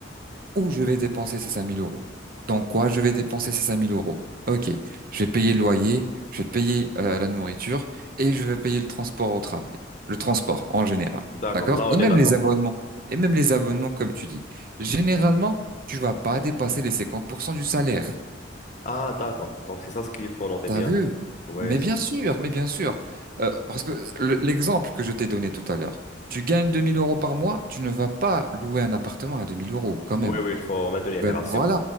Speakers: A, on the right; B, on the left.
A: où je vais dépenser ces 5000 euros. Dans quoi je vais dépenser ces 5000 euros? Ok, je vais payer le loyer, je vais payer euh, la nourriture et je vais payer le transport au travail. Le transport en général,
B: D'accord,
A: d'accord?
B: là on
A: Et même
B: est d'accord.
A: les abonnements. Et même les abonnements, comme tu dis. Généralement, tu vas pas dépasser les 50% du salaire.
B: Ah, d'accord. Donc c'est ça ce qu'il faut noter
A: T'as
B: bien.
A: vu?
B: Oui,
A: Mais bien sûr, mais bien sûr. Euh, parce que le- l'exemple que je t'ai donné tout à l'heure, tu gagnes 2000 euros par mois, tu ne vas pas louer un appartement à 2000 euros quand même.
B: oui, oui, il faut maintenir
A: Tu
B: les ratios.
A: Voilà.